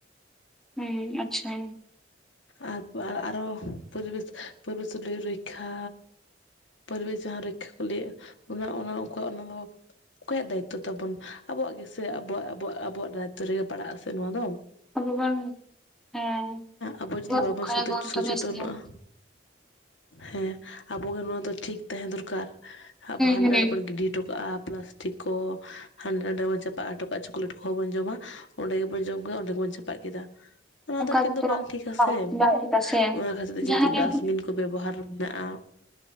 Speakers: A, in the centre; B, on the left.
A: ᱦᱩᱸ ᱟᱪᱪᱷᱟ᱾
B: ᱟᱨ ᱯᱚ ᱟᱨᱚ ᱯᱚᱨᱤᱵᱮᱥ ᱯᱚᱨᱤᱵᱮᱥ ᱨᱚᱡᱠᱷᱟ ᱯᱚᱨᱤᱵᱮᱥ ᱡᱟᱦᱟᱸ ᱨᱚᱡᱠᱠᱷᱟ ᱠᱚ ᱞᱟᱹᱭᱮᱜ-ᱟ ᱚᱱᱟ ᱚᱱᱟ ᱩᱱᱠᱩᱣᱟᱜ ᱚᱱᱟ ᱫᱚ ᱚᱠᱚᱭᱟᱜ ᱫᱟᱭᱤᱛᱛᱚ ᱛᱟᱵᱚᱱ ᱟᱵᱚᱣᱟᱜ ᱜᱮᱥᱮ ᱟᱵᱚᱣᱟᱜ ᱟᱵᱚᱣᱟᱜ ᱟᱵᱚᱣᱟᱜ ᱫᱟᱭᱤᱛᱛᱚ ᱨᱮᱜᱮ ᱯᱟᱲᱟᱜ ᱟᱥᱮ ᱱᱚᱣᱟ ᱫᱚ᱾
A: ᱟᱵᱚ ᱵᱚᱱ ᱦᱮᱸ,
B: ᱟᱵᱚ ᱡᱩᱫᱤ
A: ᱵᱚᱱ
B: ᱵᱟᱵᱚᱱ
A: ᱨᱚᱠᱷᱟᱭᱟᱵᱚᱱ
B: ᱥᱚᱛᱮᱡ ᱥᱚᱪᱮᱛᱚᱱᱚᱜ-ᱟ
A: ᱛᱚᱵᱮ ᱥᱮ ᱦᱩᱸ
B: ᱦᱮᱸ ᱟᱵᱚᱜᱮ ᱱᱚᱣᱟ ᱫᱚ ᱴᱷᱤᱠ ᱛᱟᱦᱮᱸ ᱫᱚᱨᱠᱟᱨ ᱟᱵᱚ ᱦᱟᱸᱰᱮ
A: ᱦᱩᱸ
B: ᱱᱟᱰᱮ ᱵᱚᱱ ᱜᱤᱰᱤ ᱦᱚᱴᱚ ᱠᱟᱜ-ᱟ ᱯᱞᱟᱥᱴᱤᱠ ᱠᱚ ᱦᱟᱸᱰᱮ ᱱᱟᱰᱮ ᱵᱚᱱ ᱪᱟᱯᱟᱜ ᱦᱚᱴᱚ ᱠᱟᱜᱼᱟ ᱪᱚᱠᱞᱮᱴ ᱠᱚᱦᱚᱸ ᱵᱚᱱ ᱡᱚᱢᱟ ᱚᱸᱰᱮ ᱜᱮᱵᱚᱱ ᱡᱚᱢ ᱜᱮᱭᱟ ᱚᱸᱰᱮ ᱜᱮᱵᱚᱱᱼᱼ ᱪᱟᱯᱟᱜ ᱠᱮᱫᱟ ᱚᱱᱟ
A: ᱚᱱᱠᱟ
B: ᱫᱚ ᱚᱱᱟᱼᱼ ᱠᱤᱱᱛᱩ
A: ᱛᱮᱫᱚ
B: ᱵᱟᱝ ᱴᱷᱤᱠ ᱟᱥᱮ
A: ᱵᱟᱝ ᱴᱷᱤᱠᱟ ᱥᱮ
B: ᱚᱱᱟ ᱠᱷᱟᱹᱛᱤᱨ ᱛᱮ ᱡᱮᱦᱩᱛᱩ
A: ᱡᱟᱦᱟᱸᱨᱮ
B: ᱰᱟᱥᱴᱵᱤᱱ ᱠᱚ ᱵᱮᱵᱚᱦᱟᱨ ᱢᱮᱱᱟᱜᱼᱟ᱾